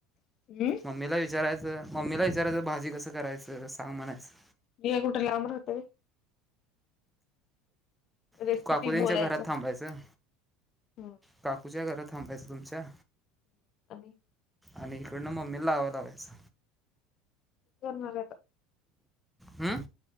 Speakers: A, on the left; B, in the centre.
A: हम्म
B: मम्मीला विचारायचं मम्मीला विच, बिचार्याच भाजी कसं करायचं सांग म्हणायचं,
A: बि कुठे लांबर होत र, रेसिपी
B: तू काकुद्यांच्या
A: बोलायचं
B: घरात थांबायचं,
A: हम्म
B: काकूच्या घरात थांबायचं तुमच्या.
A: <inaudible>
B: आणि इकडन मम्मी लावालावास
A: <unintelligible>
B: हम्म.